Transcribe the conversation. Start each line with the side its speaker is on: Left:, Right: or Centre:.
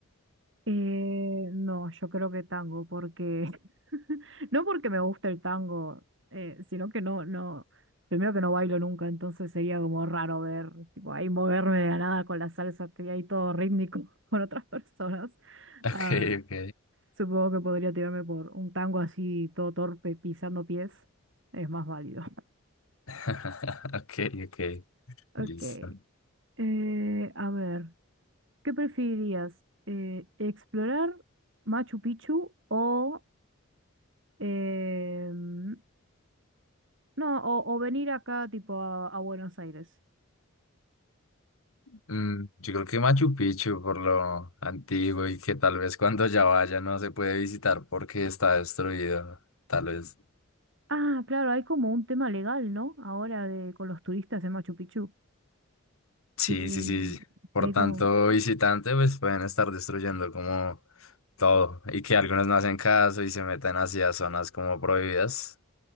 Right: eh, no, yo creo que tango, porque <laughs> no porque me gusta el tango, eh, sino que no, no, primero que no bailo nunca, entonces sería como raro ver, tipo, ahí moverme de la nada con la salsa, estoy ahí todo rítmico <laughs> con otras personas.
Left: Ok,
Right: Ah,
Left: ok.
Right: supongo que podría tirarme por un tango así, todo torpe, pisando pies, es más válido.
Left: <laughs> Ok, ok.
Right: Ok.
Left: Listo.
Right: eh, a ver. ¿Qué preferirías? eh, ¿explorar Machu Picchu o, em, no, o, o venir acá tipo a, a Buenos Aires?
Left: Mm, yo creo que Machu Picchu por lo antiguo y que tal vez cuando ya vaya no se puede visitar porque está destruido, tal vez.
Right: Ah, claro, hay como un tema legal, ¿no? Ahora de, con los turistas en Machu Picchu,
Left: Sí,
Right: que,
Left: sí, sí. Por
Right: que hay
Left: tanto,
Right: como...
Left: visitante, pues pueden estar destruyendo como todo y que algunos no hacen caso y se meten hacia zonas como prohibidas.